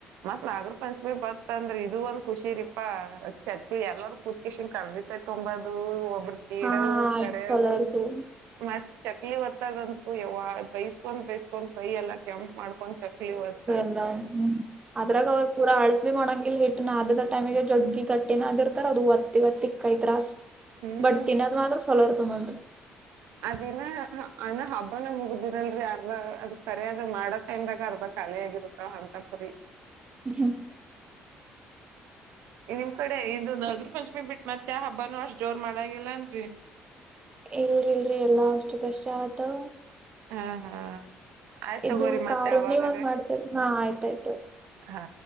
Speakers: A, on the right (about 75°); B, on the right (about 30°).
A: ಮತ್ತ್ ನಾಗರ ಪಂಚಮಿ ಬತ್ ಅಂದ್ರೆ ಇ ಇದು ಒಂದ್ ಖುಷಿ ಇರಿಪಾ ಚಕ್ ಎಲ್ಲರೂ ಕೂತ್ಕನ್ ಕರ್ಜಿತೈ ತೊಂಬದು ಒ ಒ್ರ ತೀಡದು
B: ಹಾ
A: ಕರೆಯದು
B: ಚಲೋ ಇರ್ತದ
A: ಮತ್ತ ಚಕ್ಲಿ ಹೊತ್ತದಂತು ಯಾವಾಗ ಬಯ ಕೊ್ <unintelligible> ಬೈಸ್ಕೊಂಡ್ ಕೈಯಲ್ಲ ಕೆಂಪ್ ಮಾಡ್ಕೊಂಡ್ ಚಕ್ಲಿ ಒತ್ತದ್
B: ್ಮ ಅದ್ರಾಗ ಅವ್ರು ಪೂರ ಅಳಿಸ್ಬೇಕು ಮಾಡೋಂಗ ಹಿಟ್ ನ ಅದ ಟೈಮಗ ಜಗ್ಗಿ ಕಟ್ಟೆನ ಆದಿರ್ತಾರ ಅದು ಒತ್ತ ಇವ ತಿಕ್ಕಐತ್
A: ಹ್ಮ್
B: ಬಟ್ ತಿನ್ನೋದ್ ಮಾತ್ರ ಚಲೋ ಇರ್ ತೊಗೋಲ್ಿ
A: ಅದಿನ ಅ ಹಬ್ಬನ ಮುಗ್ದಿರಲ್ರಿ ಯಾರ್ಲ ಅದ ಕರಿಾದ ಮಾಡಕ್ ದ ಅರ್ದ ಖಾಲಿ ಆಗಿರುತ್ತ ಹೊಂಟ ಪುರಿ
B: ಹ್ಮ
A: ನಿಮ್ ಕಡೆ ಇದು ನಾಗರ ಪಂಚಮಿ ಬಿಟ್ಟ ಮತ್ತೆ ಹಬ್ಬಾನ ಅಷ್ಟ್ ಜೋರ್ ಮಾಡಂಗಿಲ್ಲನ್ರರಿ
B: ಇಲ್ರಿ ಇಲ್ರಿ ಎಲ್ಲಾ ಅಷ್ಟು ಕಷ್ಟ ಆಯತ
A: ಹಾ ಹಾ ಆಯ್ತ ತಗೋರಿ
B: ಇದು
A: ಮತ್ತೆ
B: ಕಾರುಣಿ
A: ಅವಾವಾಗ್ರ
B: ಒಂದ್ ಮಾಡ್ತೇರಿ ಹಾ ಆಯ್ತಾಯ್ತು
A: ಹಾ